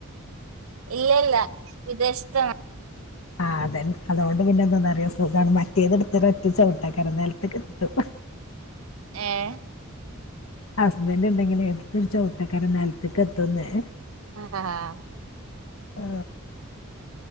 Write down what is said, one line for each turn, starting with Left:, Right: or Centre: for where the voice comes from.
Right: ഇല്ലേ ല്ല വിദേശത്താണ്.
Left: ആഹ്തെൻ അതൊണ്ട് പിന്നെന്തന്നറിയോ സുഖാണ് മറ്റേത് ട്ത്ത് രോറ്റ ചൗട്ടാക്കാരം നൽത്ത് ക്കെത്തും.
Right: ഏഹ്
Left: ഹസ്ബൻഡ് ഉണ്ടെങ്കിലെ എടുത്തരു ചൗട്ടാക്കാരം നൽത്ത്ക്ക് എത്തുന്നേ.
Right: ആഹ് ആഹ് ആഹ്
Left: ഓ..